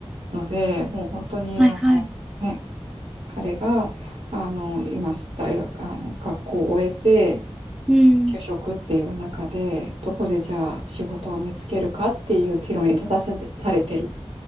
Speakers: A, on the right (about 70°); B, in the centre.
A: ので、もう本当にあの、
B: はいはい。
A: ね、彼があの今大学あの学校を終えて
B: うん。
A: 就職っていう中でどこでじゃあ仕事を見つけるかっていう岐路に立たされされてる